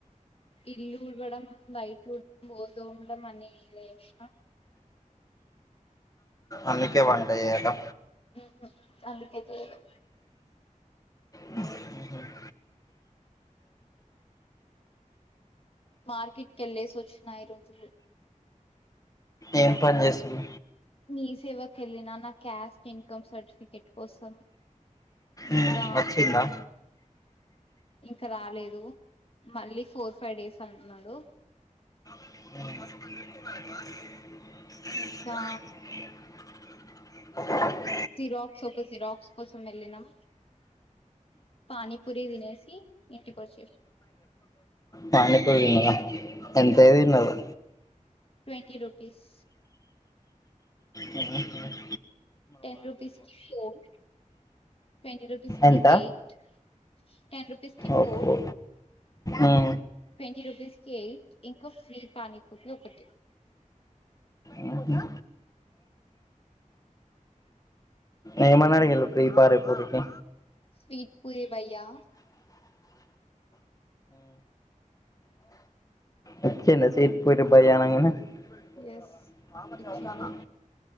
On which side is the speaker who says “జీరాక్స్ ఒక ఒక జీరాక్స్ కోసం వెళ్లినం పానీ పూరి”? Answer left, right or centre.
Left